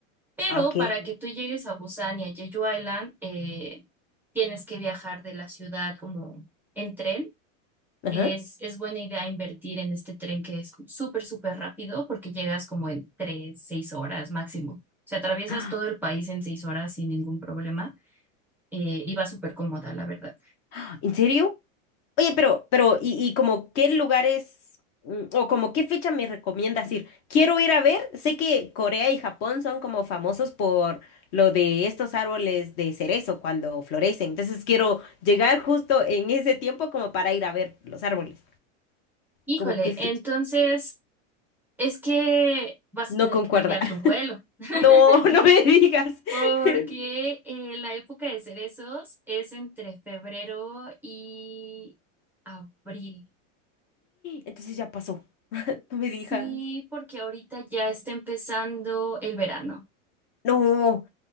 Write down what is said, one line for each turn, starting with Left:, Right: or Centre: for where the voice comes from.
Centre: Pero
Left: ah, ok,
Centre: para que tú llegues a Busan y a Jeju Island, eh, tienes que viajar de la ciudad como en tren.
Left: ajá.
Centre: Es, es buena idea invertir en este tren que es como súper, súper rápido porque llegas como en tres, seis horas máximo. O sea, atraviesas
Left: <gasps>
Centre: todo el país en seis horas sin ningún problema eh, y va súper cómoda, la verdad.
Left: Ah, ¿En serio? Oye, pero, pero, y, y como qué lugares mm, o como qué fecha me recomiendas ir. Quiero ir a ver, sé que Corea y Japón son como famosos por lo de estos árboles de cerezo cuando florecen. Entonces quiero llegar justo en ese tiempo como para ir a ver los árboles.
Centre: Híjole,
Left: Como qué fecha.
Centre: entonces es que vas
Left: No
Centre: a tener
Left: concuerda.
Centre: que cambiar
Left: <laughs>
Centre: tu vuelo. <laughs>
Left: No, no me digas.
Centre: Porque
Left: <laughs>
Centre: eh, la época de cerezos es entre febrero y abril.
Left: Entonces ya pasó. No me
Centre: Sí,
Left: digas.
Centre: porque ahorita ya está empezando el verano.
Left: No.